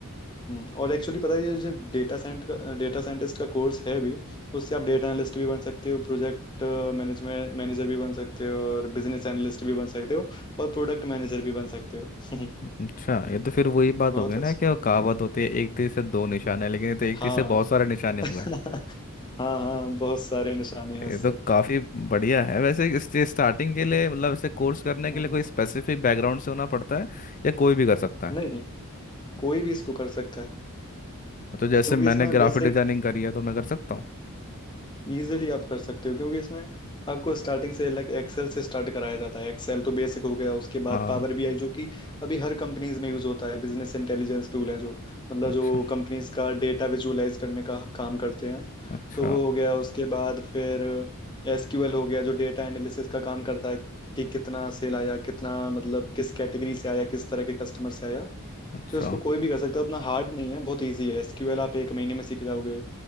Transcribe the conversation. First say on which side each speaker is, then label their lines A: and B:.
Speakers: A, on the left; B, on the left.
A: हम्म, और एक्चुअली पता है ये जो डेटा साइंट का डेटा साइंटिस्ट का कोर्स है भी उससे आप डेटा एनालिस्ट भी बन सकते हो प्रोजेक्ट मैनेजमेंट मैनेजर भी बन सकते हो और बिजनेस एनालिस्ट भी बन सकते हो और प्रोडक्ट मैनेजर भी बन सकते हो <laughs>
B: अच्छा ये तो फिर वही बात
A: बहुत
B: हो गई ना
A: अच्छा
B: कि वो कहावत होती है एक तीर से दो निशाने लेकिन ये तो एक
A: हाँ
B: तीर से बहुत सारे निशाने हो
A: <laughs>
B: गए
A: हाँ हाँ बहुत सारे निशाने हैं इससे
B: ये तो काफी बढ़िया है वैसे इससे स्टार्टिंग के लिए मतलब ऐसे कोर्स करने के
A: हम्म,
B: लिए कोई स्पेसिफिक बैकग्राउंड से होना पड़ता है या कोई भी कर सकता है
A: नहीं नहीं कोई भी इसको कर सकता है
B: तो जैसे
A: क्योंकि
B: मैंने
A: इसमें
B: ग्राफिक
A: बेसिक
B: डिजाइनिंग करी है तो मैं कर सकता हूँ
A: इजीली आप कर सकते हो क्योंकि इसमें आपको स्टार्टिंग से लाइक एक्सेल से स्टार्ट कराया जाता है एक्सेल तो बेसिक हो गया उसके बाद
B: हाँ
A: पावर बीआई जो कि अभी हर कंपनीज में यूज होता है बिजनेस इंटेलिजेंस टूल है जो मतलब
B: अच्छा
A: जो कंपनीज का डेटा विजुअलाइज करने का काम करते हैं
B: अच्छा
A: तो वो हो गया उसके बाद फिर एसक्यूएल हो गया जो डेटा एनालिसिस का काम करता है कि कितना सेल आया कितना मतलब किस कैटेगरी से आया किस तरह के कस्टमर से आया
B: अच्छा
A: तो इसको कोई भी कर सकता है उतना हार्ड नहीं है बहुत इजी है एसक्यूएल आप एक महीने में सीख जाओगे